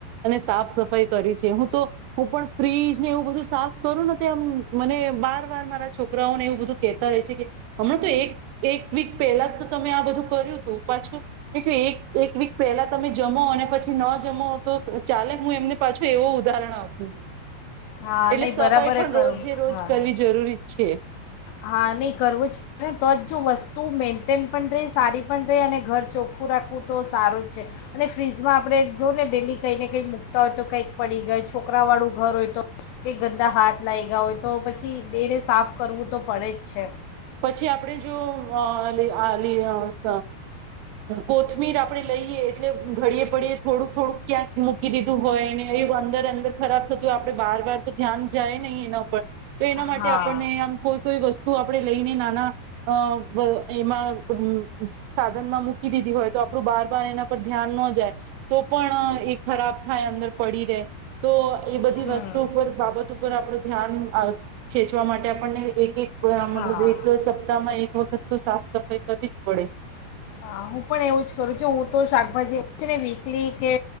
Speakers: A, on the right; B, on the left.
A: અને સાફ સફાઈ કરી છે હું તો હું પણ ફ્રીજ ને એવું બધું સાફ કરું ને તે આમ મને બાર બાર મારા છોક કરાઓને એવું બધું કેતા ર છે કે, હમણાં તો એક એક વીક પહેલા તો તમે આ બધું કર્યું હતું પાછું, મે ક્યું એક વીક પહેલા તમે જમો અને પછી ન જમો તો ચાલે હું એમને પાછું એવું ઉદાહરણ આપૂ.
B: હા
A: એટલે
B: નહીં
A: સફાઈ
B: બરાબર
A: પણ
B: કરું
A: રોજે રોજ
B: હા
A: કરવી જરૂરી ચ છે.
B: હા નહીં કરવું જ પડે તો જ જો વસ્તુ મેન્ટેન પણ રહે સારી પણ રહે અને ઘર ચોખ્ખું રાખવું તો સારું જ છે, અને ફ્રીજમાં આપણે જો ને ડેલી કંઈ ને કંઈ મૂકતા હોય તો કંઈક પડી ગય છોકરાવાળું ઘર હોય તો કે ગંદા હાથ લાયગા હોય તો પછી દેને સાફ કરવું તો પડે જ છે.
A: પછી આપડણે જો વ આ લી અ સ કોથમીર આપણેે લઈએ એટલે ઘડીએ પડીએ થોડુંક થોડુંક ક્યાંક મૂકી દીધું હોયને એવું અંદર અંદર ખરાબ થતું હોય આપડણે બાર બર ધ્યાન જાય નહી એના ઉપ તો એના
B: હા
A: માટે આપણને આમ કોઈ કોઈ વસ્તુ આપણે લઈને નાના અ બ એમાં સાધનમાં મૂકી દીધી હોય તો આપણું બાર બાર એના પર ધ્યાન ન જાય. તો પણ એ ખરાબ થાય અંદર પડી રે. તો એ બધી
B: હમ
A: વસ્તુ ઉપર બાબતો ઉપર આપડું ધ્યાન અ ખેચવા માટે આપણને એક એક બ આમ
B: હા
A: એક સપ્તાહમાં એક. એક વખત તો સાફ સફાઈ કરવી જ પડે છે.
B: હા હું પણ એવું જ કરું છું હું તો શાકભાજી ને વીકલી કે